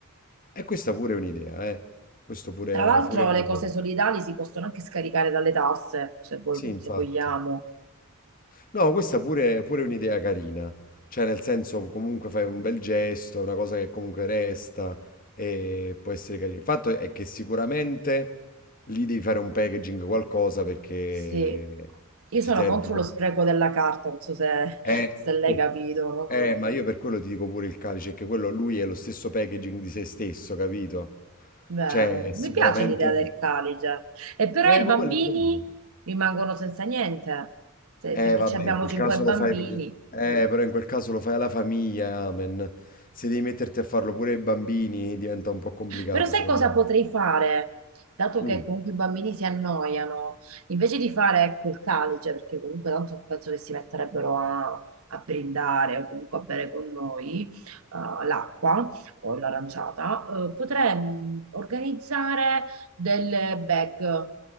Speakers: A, on the left; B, on the right.
A: E questa pure è un'idea, eh. Questo pure
B: Tra l'altro
A: pure è un'idea.
B: le cose solidali si possono anche scaricare dalle tasse, se vuoi-
A: Sì, infatti.
B: se vogliamo.
A: No, questa pure, pure è un'idea carina. Cioè, nel senso, comunque fai un bel gesto, una cosa che comunque resta e può essere carina. Il fatto è che sicuramente lì devi fare un packaging, qualcosa perché
B: Sì, io sono
A: ti serve.
B: contro
A: qual-
B: lo spreco della carta, non so se,
A: Eh,
B: se l'hai
A: per-
B: capito, no?
A: eh, ma io per quello ti dico pure il calice, che quello lui è lo stesso packaging di se stesso, capito?
B: Vero,
A: Cioè, sicuramente...
B: mi piace l'idea del calice. E però
A: Eh,
B: i
A: ma
B: bambini
A: quello è carino.
B: rimangono senza niente, Se-
A: Eh
B: perché
A: vabbè,
B: ci abbiamo
A: in quel
B: cinque
A: caso
B: bambini.
A: lo fai per... Eh, però in quel caso lo fai alla famiglia, amen. Se devi metterti a farlo pure ai bambini diventa un po' complicato,
B: Però sai
A: secondo
B: cosa
A: me.
B: potrei fare? Dato
A: Mm.
B: che comunque i bambini si annoiano, invece di fare ecco il calice, perché comunque tanto non penso che si metterebbero a, a brindare o comunque a bere con noi eh, l'acqua o l'aranciata, eh, potrei mh, organizzare delle bag.